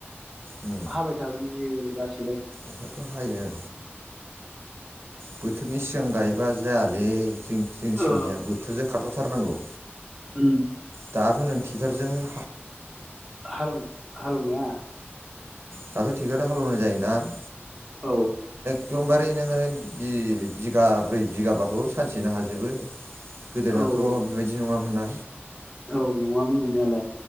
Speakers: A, on the right; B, in the centre.
A: उम
B: हाबाय थागोन बियो लाासि
A: अखायाथ हायो बोथोरनि सिगां गायबा जाया। दे जों जोंनिथिंनिया
B: ओ
A: बोथोरजों खारफा थारनांगौ।
B: उम
A: दाथ नों ट्रेक्टरजों <inaudible>
B: हाल हालेवनाया।
A: दाथ ट्रेक्टरजों हालेवनाय जायो ना? <inaudible>
B: औ।
A: एखदमबारे नोङो बि बिगाब्रै बिगाबाखौ सानसेनो हाजोबो। गोदोनाथ'
B: औ
A: बेबायदि नङामोन ना
B: औ नङामोन नंनायालाय।